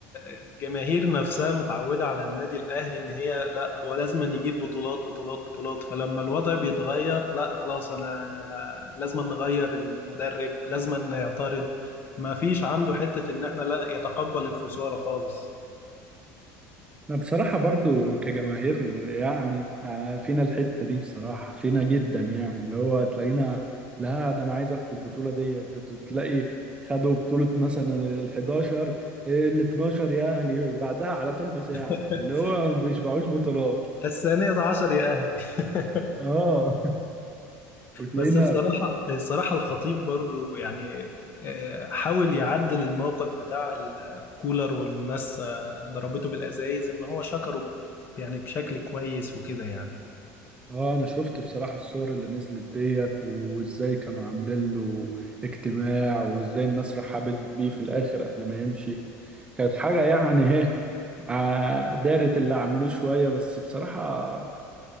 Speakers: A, on the left; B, on the right.
A: الجماهير نفسها متعودة على النادي الأهلي إن هي لا هو لازم أن يجيب بطولات بطولات بطولات فلما الوضع بيتغير لا خلاص أنا لازم أن نغير المدرب لازم أن يعترض ما فيش عنده حتة إن إحنا لا يتقبل الخسارة خالص
B: أنا بصراحة برضو كجماهير يعني آه، فينا الحتة دي بصراحة فينا جدا يعني اللي هو تلاقينا لا ده أنا عايز أخد البطولة دي ت- ت- تلاقي خدوا بطولة مثلا ال 11 ال 12 يا أهلي بعدها على طول بساعة
A: <laughs>
B: فاللي هو ما بيشبعوش بطولات
A: الثانية عشر يا أهلي <laughs>
B: <laughs> اه وتلاقينا
A: بس بصراحة الصراحة الخطيب برضو يعني آه، حاول يعدل الموقف بتاع الكولر والناس آه، ضربته بالأزايز إن هو شكره يعني بشكل كويس وكده يعني
B: اه انا شفت بصراحة الصور اللي نزلت ديت وازاي كانوا عاملين له اجتماع وازاي الناس رحبت بيه في الاخر قبل ما يمشي كانت حاجة يعني <laughs> ع- دارت اللي عملوه شوية بس بصراحة